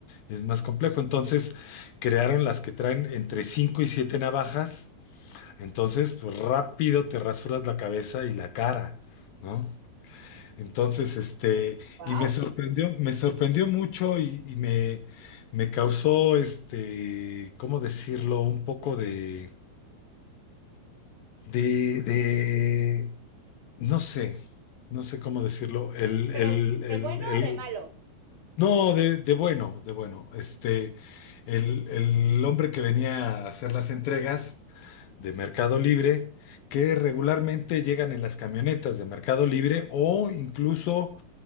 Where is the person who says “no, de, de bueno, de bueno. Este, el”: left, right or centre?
Left